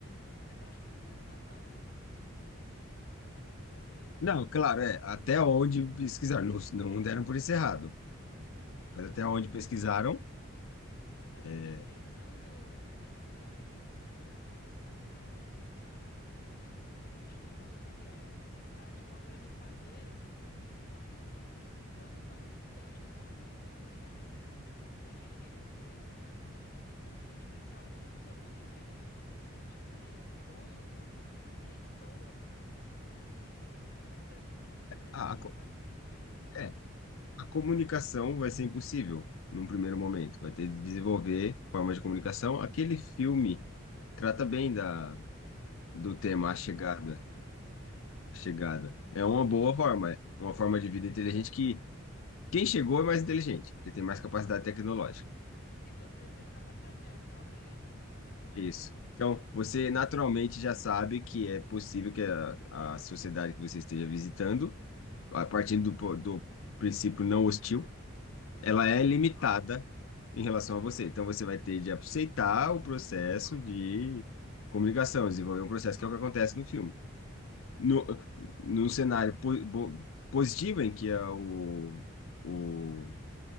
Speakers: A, on the left (about 45°); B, on the left (about 70°).
A: Mas eu acho que eles não esgotaram essa pesquisa ainda. Acho que deve,
B: Não, claro, é, até onde pesquisaram, não, não deram por isso errado,
A: sim.
B: mas até onde pesquisaram,
A: Mas assim,
B: é,
A: pensando nessa, na imensidão e como você mesmo disse, na, é, a gente não encontra porque é, é tipo agulha no palheiro. Eu acho que tão, tão distante, tão, tão diferente, é, vai- se a gente vir a encontrar uma forma de vida inteligente, vai ser algo tão diferente do que a gente conhece, como pessoas que vai ser. Não, não sei nem
B: a,
A: se a
B: a
A: gente
B: co-
A: vai conseguir se reconhecer.
B: é, a comunicação vai ser impossível num primeiro momento, vai ter de desenvolver formas de comunicação. Aquele filme trata bem da,
A: É,
B: do tema A Chegada,
A: a chegada, né? É.
B: A Chegada. É uma boa forma, é uma forma de vida inteligente que quem chegou é mais inteligente, porque tem mais capacidade tecnológica.
A: Se você teve capacidade de achar alguém.
B: é Isso. Então, você naturalmente já sabe que é possível que a, a sociedade que você esteja visitando a partir do, po- do princípio não hostil, ela
A: Uhum.
B: é limitada em relação a você. Então você vai ter de aceitar o processo de comunicação, desenvolver um processo que é o que acontece no filme. No, num cenário po, bo- positivo em que é o, o